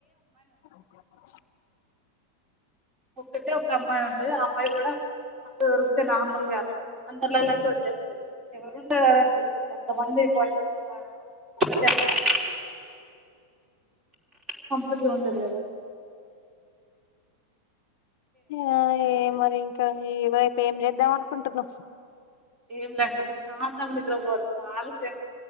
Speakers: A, on the left; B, on the right.
A: <unintelligible>
B: ఒక్కటే ఒక అమ్మాయి ఉంటది ఆ అమ్మాయి గూడా అది దొరికితే నార్మల్ గా అందరిలోలాగ వచ్చేస్తది ఎవరు ఉండాల అనిపిస్తుంది అంతమంది బాయ్స్ ఆడ ఒకతె అమ్మాయ్ కంఫర్ట్గా ఉండదు గదా
A: ఆ ఏ మరి ఇంకా ఏ వైపు ఏం చేద్దాం అనుకుంటున్నావ్
B: ఏం లేక్క ప్రశాంతంగా నిద్రబోవాలి చాలా సేపు